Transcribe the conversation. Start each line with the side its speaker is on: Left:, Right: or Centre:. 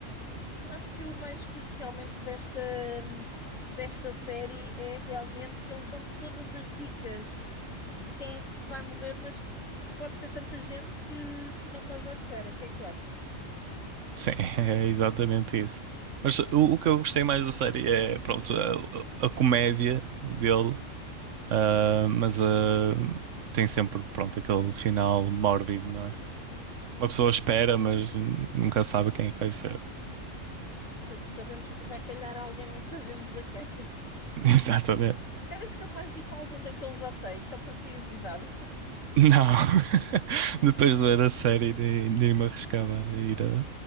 Left: Eu acho que o mais fixe realmente desta, hum, desta série é realmente que eles dão-te todas as dicas de quem é que vai morrer, mas pode ser tanta gente que tu não estás à espera. O que é que tu achas?
Right: Sim, <laughs> é exatamente isso. Mas o, o que eu gostei mais da série é, pronto, a, a comédia dele, ah, mas ah, tem sempre, pronto, aquele final mórbido, não é? Uma pessoa espera, mas nunca sabe quem é que vai ser.
Left: Pois, sabemos que vai calhar a alguém, não sabemos a quem.
Right: <laughs> Exatamente.
Left: Eras capaz de ir para algum daqueles hotéis, só por curiosidade.
Right: Não. <laughs> Depois de ver a série, nem, nem me arriscava a ir a,